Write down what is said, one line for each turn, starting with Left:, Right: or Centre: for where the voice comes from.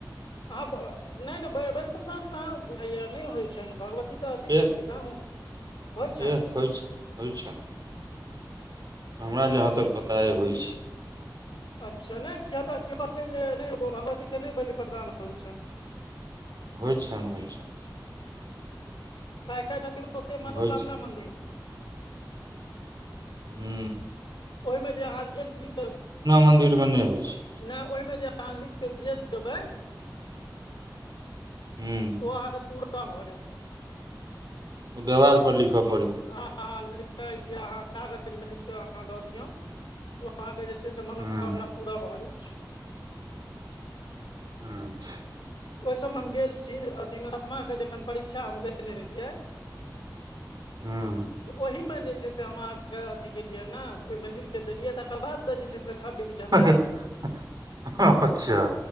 Left: अऽ नहि नहि, बलि प्रदान कहाँ होइ छै भगवतीके! सी तऽ एतेक
Right: एह
Left: छथिन ने, होइ छै।
Right: एह होइ छै होइ छै हमरा जहाँ तक पता छै, होइ छै।
Left: अच्छा, नहि। कियो कहलखिन जे भगवतीके बलि प्रदान नहि होइत छनि।
Right: होइ छै, होइ छै
Left: आ एकटा छथिन, ओतेक मनोकामना
Right: होइ छै
Left: मन्दिर।
Right: हू
Left: ओहिमे जे अहाँ लिखब
Right: मन्दिरमे नहि होइ छै
Left: नहि, ओहिमे जे अहाँ <unintelligible> के जे देबै
Right: हुँ
Left: ओ अहाँके पूरा भऽ जायत।
Right: ओ देवालपर लिखब।
Left: हँ हँ, लिखि कऽ अहाँ कागजमे लिखि कऽ अहाँ दऽ दियौ। ओ, अहाँके जे छै से मनोकामना
Right: हुँ
Left: पूरा भऽ जाइत छै।
Right: अच्छा
Left: ओहि सभमे हम गेल छी, एतऽमे दसमा जखन परीक्षा देने रहियै।
Right: हँ
Left: तऽ ओहिमे जे छै से हम अहाँके अथी केलियै ने, ओहिमे लिखि कऽ देलियै, तकर बाद जे छै से थर्ड डिविजन
Right: हे
Left: आयल
Right: हे, अच्छा